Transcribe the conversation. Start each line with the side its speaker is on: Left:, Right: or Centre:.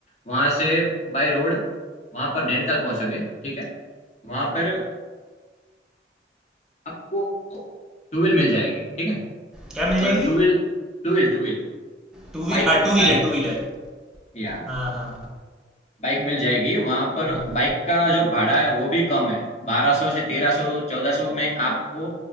Left: वहां से बाय रोड वहां पर नैनीताल पहुंचोगे ठीक है वहां पर आपको टू व्हील मिल जाएगी ठीक है
Centre: क्या मिल जाएगी
Left: और two wheel two wheel two wheel
Centre: टू वी
Left: bike
Centre: हाँ टू व्हीलर
Left: bike
Centre: टू व्हीलर
Left: या
Centre: हाँ हाँ
Left: बाइक मिल जाएगी वहां पर
Centre: हाँ
Left: बाइक का जो भाड़ा है वो भी कम है बारह सौ से तेरह सौ चौदह सौ में आपको